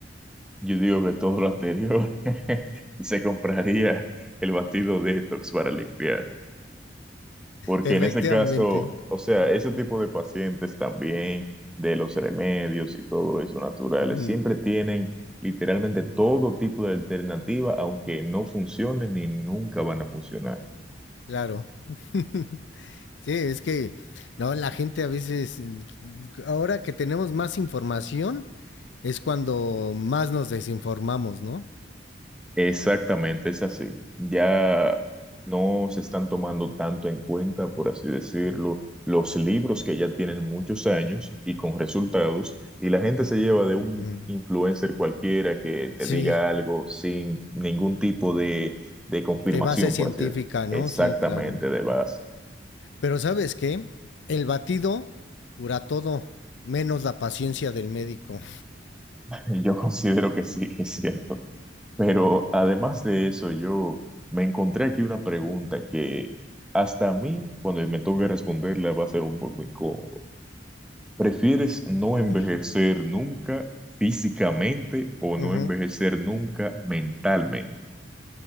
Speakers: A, in the centre; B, on the left.
A: Yo digo que todo lo anterior <laughs> y se compraría el batido detox para limpiar. Porque
B: Efectivamente.
A: en ese caso, o sea, ese
B: Ujú.
A: tipo de pacientes también, de los remedios y todo eso naturales,
B: Ujú.
A: siempre tienen literalmente todo tipo de alternativa, aunque no funcionen ni nunca van a funcionar.
B: Claro. <laughs> Sí, es que no, la gente a veces, eh, ahora que tenemos más información, es cuando más nos desinformamos, ¿no?
A: Exactamente, es así. Ya no se están tomando tanto en cuenta, por así decirlo, los libros que ya tienen muchos años y con resultados, y la gente se lleva de un
B: Ujú.
A: influencer cualquiera que te
B: Sí,
A: diga algo sin ningún tipo de, de confirmación,
B: de base científica,
A: por así decirlo.
B: ¿no?
A: Exactamente,
B: Sí, claro.
A: de base.
B: Pero ¿sabes qué? El batido cura todo, menos la paciencia del médico.
A: <laughs> Yo considero que sí, que es cierto. Pero además de eso, yo me encontré aquí una pregunta que hasta a mí, cuando me toque responderla, va a ser un poco incómodo. ¿Prefieres no
B: Ujú,
A: envejecer nunca físicamente o no
B: ujú.
A: envejecer nunca mentalmente?